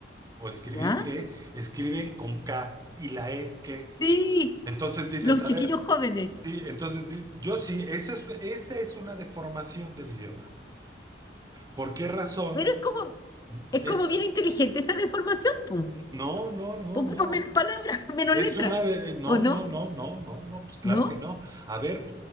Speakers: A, on the right; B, on the left.
A: o escribir
B: ¿Ya?
A: que, escriben con K y la E que.
B: Sí,
A: Entonces dices,
B: los
A: a
B: chiquillos
A: ver.
B: jóvenes.
A: Sí, entonces di- yo sí, esa es, esa es una deformación del idioma. ¿Por qué razón?
B: Pero es como, es
A: Es,
B: como bien inteligente esa deformación, pum.
A: no, no, no,
B: Ocupa
A: no.
B: menos palabras, <laughs> menos
A: Es
B: letras,
A: una de, no,
B: ¿o no?
A: no, no, no, no, no, pues claro
B: ¿No?
A: que no. A ver,